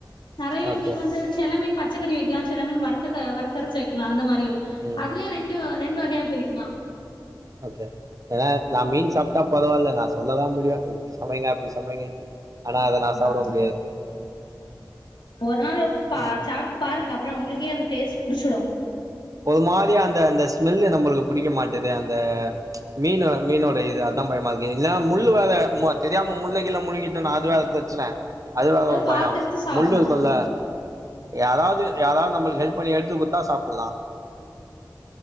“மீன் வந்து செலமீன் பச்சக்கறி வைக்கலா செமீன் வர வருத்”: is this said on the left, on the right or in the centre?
Left